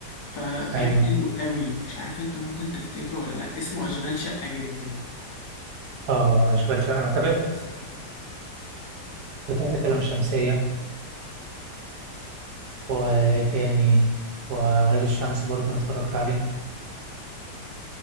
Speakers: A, on the left (about 70°); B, on the right (about 75°).
A: فكان
B: ايوه
A: حلو قوي مش عارف انت ممكن تفتكره ولا لا اسمه أشغال شقة جدا
B: اه اشغال شقه انا تابعت اصلا وتابعت لام شمسيه وايه تاني وولاد الشمس برضه انا اتفرجت عليه